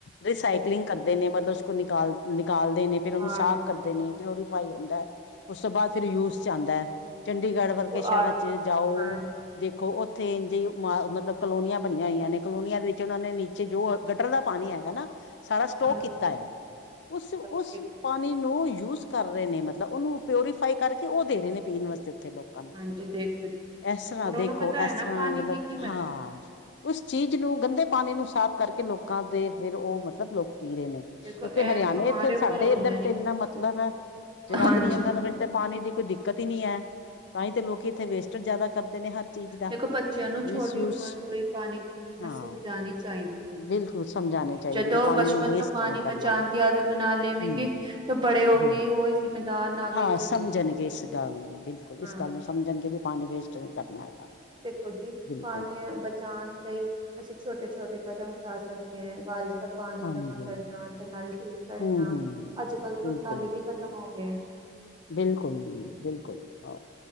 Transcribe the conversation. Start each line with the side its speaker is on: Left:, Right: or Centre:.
Left: ਰਿਸਾਈਕਲਿੰਗ ਕਰਦੇ ਨੇ ਮਤਲਬ ਕੁ ਨਿਕਾਲ ਨਿਕਾਲਦੇ ਨੇ, ਫ਼ਿਰ ਉਹਨੂੰ
Right: ਹਾਂਜੀ।
Left: ਸਾਫ਼ ਕਰਦੇ ਨੇ ਪਿਓਰੀਫਾਈ ਹੁੰਦਾ ਹੈ। ਉਸ ਤੋਂ ਬਾਅਦ ਫਿਰ ਯੂਸ
Right: ਹਾਂਜੀ।
Left: ਚ ਆਉਂਦਾ ਹੈ। ਚੰਡੀਗੜ੍ਹ
Right: ਦੇਖੋ
Left: ਵਰਗੇ ਸ਼ਹਿਰਾਂ
Right: ਆਜ
Left: ਚ ਜਾਓ
Right: ਹਾਂਜੀ।
Left: ਦੇਖੋ ਤੇ ਇੰਜ ਮਤਲਬ ਕਲੋਨੀਆਂ ਬਣੀਆਂ ਹੋਈਆਂ ਨੇ ਕਲੋਨੀਆਂ ਦੇ ਵਿੱਚ ਉਨਾ ਨੇ ਨੀਚੇ ਜੋ ਗਟਰ ਦਾ ਪਾਣੀ ਹੈਗਾ ਨਾ ਸਾਰਾ ਸਟੋਕ
Right: ਹਾਂਜੀ-ਹਾਂਜੀ,
Left: ਕੀਤਾ ਹੈ ਉਸ
Right: ਇਸ
Left: ਉਸ
Right: ਟੋਪਿਕ ਤੇ
Left: ਪਾਣੀ ਨੂੰ ਯੂਜ ਕਰ ਰਹੇ ਨੇ ਮਤਲਬ ਉਹਨੂੰ ਪਿਓਰੀਫਾਈ ਕਰਕੇ ਉਹ ਦੇ ਰਹੇ ਨੇ ਪੀਣ ਵਾਸਤੇ ਉੱਥੇ ਲੋਕਾਂ ਨੂੰ
Right: ਹਾਂਜੀ ਦੇਖੋ
Left: ਇਸ ਤਰ੍ਹਾਂ
Right: ਉਹਨਾਂ
Left: ਦੇਖੋ
Right: ਨੂੰ ਪਤਾ ਹੈ
Left: ਇਸ
Right: ਨਾ
Left: ਤਰ੍ਹਾਂ
Right: ਪਾਣੀ
Left: ਮਤਲਬ
Right: ਦੀ ਕੀਮਤ।
Left: ਹਾਂ ਉਸ ਚੀਜ਼ ਨੂੰ ਗੰਦੇ ਪਾਣੀ ਨੂੰ ਸਾਫ਼ ਕਰਕੇ ਲੋਕਾਂ ਦੇ ਫਿਰ ਉਹ ਮਤਲਬ ਲੋਕ ਪੀ ਰਹੇ ਨੇ।
Right: ਦੇਖੋ
Left: ਉੱਥੇ
Right: ਇਹ
Left: ਹਰਿਆਣੇ
Right: ਤਾਂ ਹਮਾਰੇ
Left: ਇੱਥੇ
Right: ਉੱਪਰ
Left: ਸਾਡੇ
Right: ਆਉਂਦਾ
Left: ਇੱਧਰ
Right: ਨੀ।
Left: ਤੇ ਇੰਨਾ ਮਤਲਬ ਹੈ। ਜਗਾਧਰੀ
Right: ਹਾਂਜੀ।
Left: ਯਮੁਨਾ ਨਗਰ ਤੇ ਪਾਣੀ ਦੀ ਕੋਈ ਦਿੱਕਤ ਹੀ ਨਹੀਂ ਹੈ। ਤਾਂ ਹੀ ਤੇ ਲੋਕੀ ਇੱਥੇ ਵੇਸਟੇਜ ਜ਼ਿਆਦਾ ਕਰਦੇ ਨੇ ਹਰ ਚੀਜ਼ ਦਾ
Right: ਦੇਖੋ ਬੱਚਿਆਂ ਨੂੰ
Left: ਮਿਸਯੂਜ
Right: ਛੋਟੀ ਉਮਰ ਤੋਂ ਹੀ ਪਾਣੀ ਦੀ ਕੀਮਤ
Left: ਹਾਂ
Right: ਸਮਝਾ ਜਾਣੀ ਚਾਹੀਦੀ ਹੈ।
Left: ਬਿਲਕੁਲ ਸਮਝਾਉਣੇ ਚਾਹੀਦੇ
Right: ਜਦੋਂ
Left: ਵੀ
Right: ਉਹ
Left: ਪਾਣੀ
Right: ਬਚਪਨ
Left: ਨੂੰ ਵੇਸਟ
Right: ਤੋਂ ਪਾਣੀ
Left: ਨਹੀਂ ਕਰਨਾ
Right: ਬਚਾਉਣ ਦੀ ਆਦਤ ਬਣਾ ਲਵੇਂਗੇ
Left: ਹਮ
Right: ਤਾਂ ਬੜੇ ਹੋ
Left: ਹਮ
Right: ਕੇ ਹੀ ਉਹ ਜ਼ਿੰਮੇਦਾਰ ਨਾਗਰਿਕ
Left: ਹਾਂ
Right: ਬਣੇਗੇ।
Left: ਸਮਝਣਗੇ ਇਸ ਗੱਲ ਨੂੰ ਬਿਲਕੁਲ ਇਸ
Right: ਹਾਂਜੀ।
Left: ਗੱਲ ਨੂੰ ਸਮਝਣਗੇ ਵੀ ਪਾਣੀ ਵੇਸਟ ਨਹੀਂ ਕਰਨਾ ਹੈਗਾ।
Right: ਦੇਖੋ ਜੀ,
Left: ਬਿਲਕੁਲ
Right: ਪਾਣੀ ਬਚਾਉਣ ਲਈ ਅਸੀਂ ਛੋਟੇ -ਛੋਟੇ, ਕਦਮ ਉਠਾ ਸਕਦੇ ਹੈ ਬਾਰਿਸ਼ ਦਾ ਪਾਣੀ
Left: ਹਾਂਜੀ
Right: ਜਮਾ ਕਰਨਾ ਤੇ ਨਲ ਠੀਕ ਕਰਨਾ,
Left: ਹੂੰ ਹੂੰ
Right: ਅੱਜ ਕੱਲ ਤੋਂ
Left: ਬਿਲਕੁਲ
Right: ਨਲ ਵੀ ਖ਼ਤਮ ਹੋ ਗਏ ਹੈ।
Left: ਬਿਲਕੁਲ ਜ-ਬਿਲਕੁਲ ਹਾਂ।